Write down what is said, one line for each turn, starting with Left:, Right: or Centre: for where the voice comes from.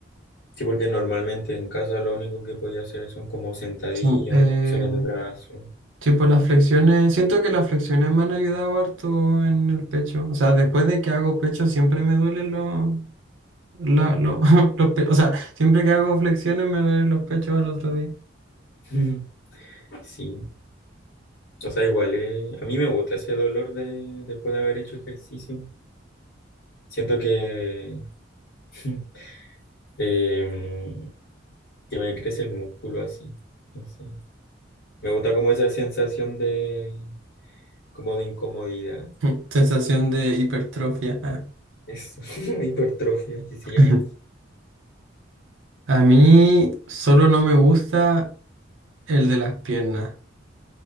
Left: Sí, porque normalmente en casa lo único que podía hacer son como sentadillas,
Right: Sí. Eh,
Left: flexiones de brazo.
Right: Sí, pues las flexiones, siento que las flexiones me han ayudado harto en el pecho. O sea, después de que hago pecho siempre me duelen los, la- lo- <laughs> los pe- O sea, siempre que hago flexiones me duelen los pechos al otro día.
Left: <laughs> Sí, o sea, igual eh, a mí me gusta ese dolor de, después de haber hecho ejercicio. Siento que, <laughs> em, que me crece el músculo así, no sé. Me gusta como esa sensación de, como de incomodidad.
Right: <laughs> Sensación de hipertrofia. ah.
Left: Eso, <laughs> hipertrofia, así se
Right: <laughs>
Left: llama.
Right: A mí solo no me gusta el de las piernas,